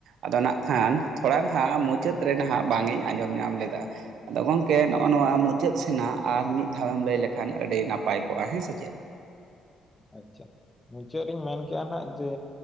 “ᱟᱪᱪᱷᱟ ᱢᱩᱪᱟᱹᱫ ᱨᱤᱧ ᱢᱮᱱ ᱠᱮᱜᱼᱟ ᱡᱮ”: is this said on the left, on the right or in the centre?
Left